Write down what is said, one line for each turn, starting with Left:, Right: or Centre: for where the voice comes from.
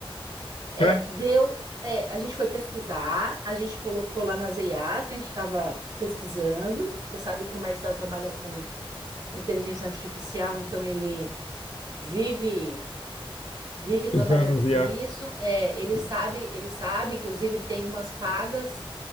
Right: É,
Left: É,
Right: deu, é, a gente foi pesquisar, a gente colocou lá nas EIAs que a gente estava pesquisando. Você sabe que o Marcel trabalha com inteligência artificial, então ele vive vive
Left: dos
Right: trabalhando
Left: anos
Right: com
Left: e a.
Right: isso. É, ele sabe,
Left: ah,
Right: ele sabe, inclusive ele tem umas pagas